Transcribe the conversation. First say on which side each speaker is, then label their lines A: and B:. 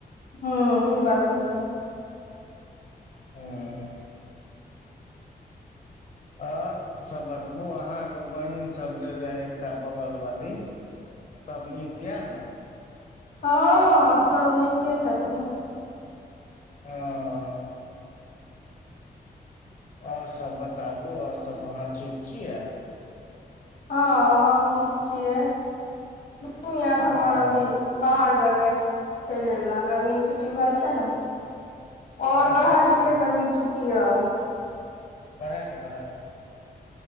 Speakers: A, on the left (about 70°); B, on the left (about 50°).
A: हँ ई बात तऽ छै
B: हँ आओर सब बतबू अहाँके बहिन सब जे रहै एकटा बगल वाली सब नीक ये न
A: हँ सब नीके छथिन
B: हँ आओर सब बताबु आओर सब अहाँ ठीक छियै
A: हँ हमहुँ ठीक छियै नुन्नु यार हमर
B: ह
A: अभी बाहर गेलै खेलै लए गर्मी छुट्टी भेल छै ने आओर
B: अच्छा
A: बढ़ा
B: अच्छा
A: देलकै गर्मीक छुट्टी आब
B: बढ़ै देलक